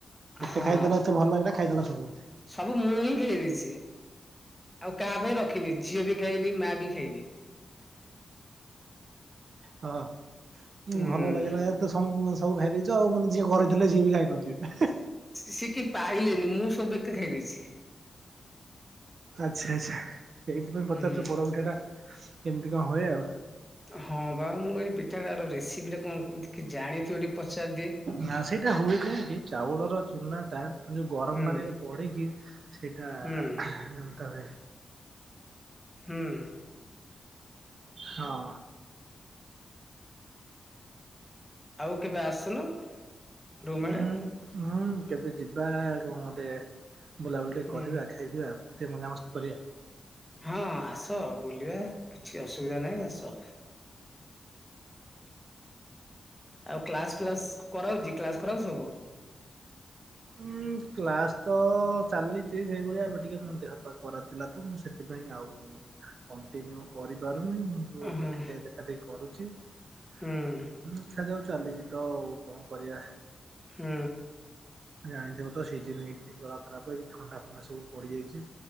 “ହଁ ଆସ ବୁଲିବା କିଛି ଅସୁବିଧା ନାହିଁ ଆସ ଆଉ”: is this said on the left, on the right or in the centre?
Centre